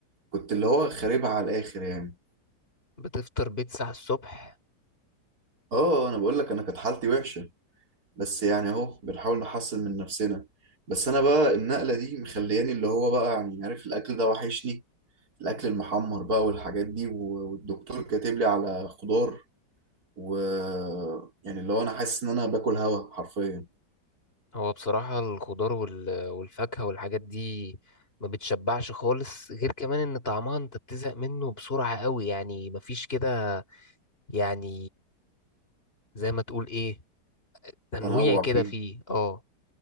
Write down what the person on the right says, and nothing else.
كنت اللي هو خاربها على الاخر يعني
اه انا بقول لك انا كانت حالتي وحشه بس يعني اهو بنحاول نحسن من نفسنا بس انا بقى النقلة دي مخلياني اللي هو بقى يعني عارف الاكل ده وحشني الاكل المحمر بقى والحاجات دي و- والدكتور كاتب لي على خضار و يعني اللي هو انا حاسس ان انا باكل هوا حرفيا
تنوع
فيه